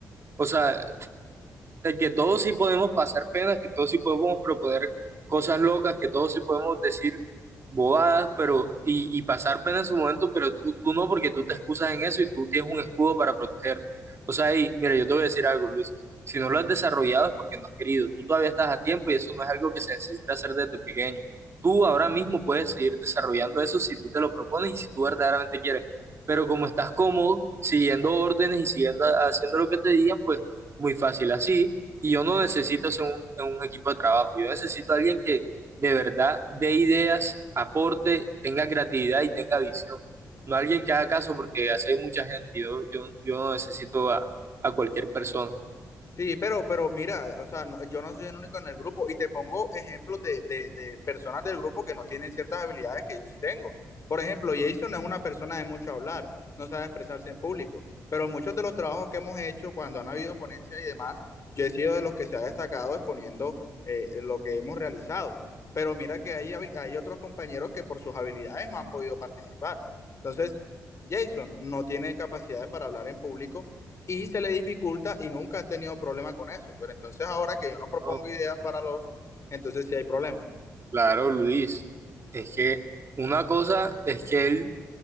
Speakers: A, on the right; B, on the left.
A: O sea, de que todos sí podemos pasar penas, que todos sí podemos proponer cosas locas, que todos sí podemos decir bobadas, pero y, y pasar pena en su momento, pero tú, tú no, porque tú te excusas en eso y tú tienes un escudo para protegerte. O sea, y mira, yo te voy a decir algo, Luis. Si no lo has desarrollado es porque no has querido. Tú todavía estás a tiempo y eso no es algo que se necesita hacer desde pequeño. Tú ahora mismo puedes seguir desarrollando eso si tú te lo propones y si tú verdaderamente quieres. Pero como estás cómodo, siguiendo órdenes y siguiendo haciendo lo que te digan, pues muy fácil así y yo no necesito ser un, un equipo de trabajo, yo necesito a alguien que de verdad dé ideas, aporte, tenga creatividad y tenga visión. No alguien que haga caso porque así hay mucha gente. Yo, yo, yo no necesito a, a cualquier persona.
B: Sí, pero, pero mira, o sea, no- yo no soy el único en el grupo y te pongo ejemplos de, de- de personas del grupo que no tienen ciertas habilidades que yo sí tengo. Por ejemplo, Jason es una persona de mucho hablar, no sabe expresarse en público, pero muchos de los trabajos que hemos hecho cuando han habido ponencias y demás, yo he sido de los que se ha destacado exponiendo eh, lo que hemos realizado. Pero mira que hay, habil- hay otros compañeros que por sus habilidades no han podido participar. Entonces, Jason no tiene capacidades para hablar en público y se le dificulta y nunca han tenido problema con eso. Pero entonces ahora que yo no propongo
A: No,
B: ideas para los, entonces sí hay problemas.
A: claro, Luis, es que una cosa es que él